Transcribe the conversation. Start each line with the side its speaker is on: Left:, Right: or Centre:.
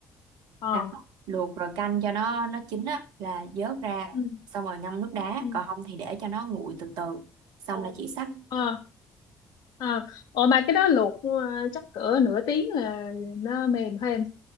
Left: ờ
Right: đá luộc rồi canh cho nó nó chín á là vớt ra
Left: ừ
Right: xong rồi ngâm nước đá
Left: ừ
Right: còn không thì để cho nó nguội từ từ xong là chỉ xắt
Left: ờ ờ ủa mà cái đó luộc ờ, chắc cỡ nửa tiếng là nó mềm thêm